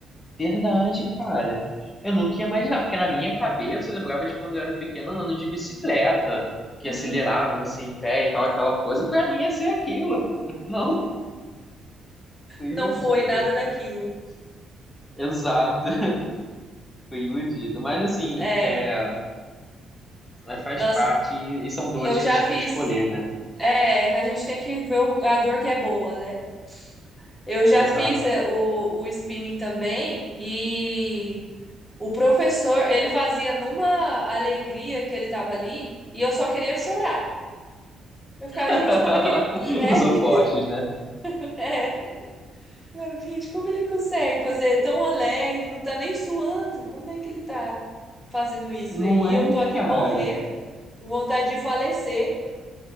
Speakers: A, on the left (about 20°); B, in the centre.
A: verdade, cara. Eu nunca ia imaginar, porque na minha cabeça eu lembrava de quando eu era pequeno andando de bicicleta, que
B: Uhum.
A: acelerava assim em pé e tal, aquela coisa. Pra mim ia ser aquilo. <laughs> Não, fui
B: Não
A: iludido.
B: foi nada daquilo.
A: Exato, fui iludido. Mas assim,
B: É,
A: é, é, faz
B: nós,
A: parte e, e são dores
B: eu
A: que
B: já
A: a gente
B: fiz.
A: tem que escolher, né?
B: É, a gente tem que ver o- a dor que é boa, né? Eu já
A: Exato.
B: fiz é, o, o spinning também e o professor, ele fazia numa alegria que ele tava ali e eu só queria chorar. Eu ficava,
A: <laughs>
B: gente, como é que ele consegue?
A: Os opostos, né?
B: <laughs> É. Eu, Gente, como ele consegue fazer tão alegre, não tá nem suando? Como é que ele tá fazendo isso
A: Não
B: aí?
A: é,
B: E eu tô aqui
A: cara?
B: morrendo, com vontade de falecer.